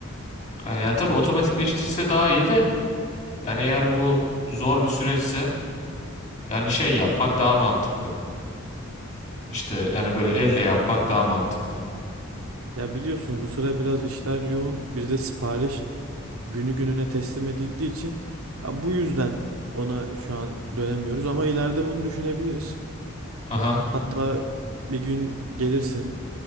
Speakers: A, on the left (about 35°); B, on the right (about 80°).
A: Yani ya tabii otomatikleştirse daha iyi de yani eğer bu zor bir süreçse yani şey yapmak daha mantıklı. İşte yani böyle elle yapmak daha mantıklı.
B: Ya biliyorsun bu sıra biraz işler yoğun. Biz de sipariş günü gününe teslim edildiği için ya bu yüzden ona şu an dönemiyoruz ama ileride bunu düşünebiliriz.
A: Aha.
B: Hatta bir gün gelirsin